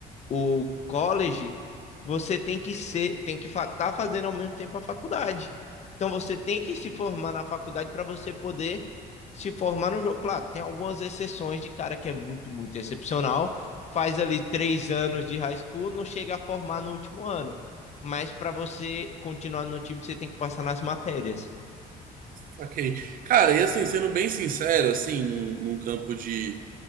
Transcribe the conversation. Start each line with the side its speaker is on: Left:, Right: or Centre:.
Left: o college, você tem que ser, tem que estar tá fazendo ao mesmo tempo a faculdade. Então você tem que se formar na faculdade para você poder se formar no jogo. Claro, tem algumas exceções de cara que é muito, muito excepcional, faz ali três anos de high school, não chega a formar no último ano. Mas para você continuar no time, você tem que passar nas matérias.
Right: Saquei. Cara, e assim, sendo bem sincero, assim, num, num campo de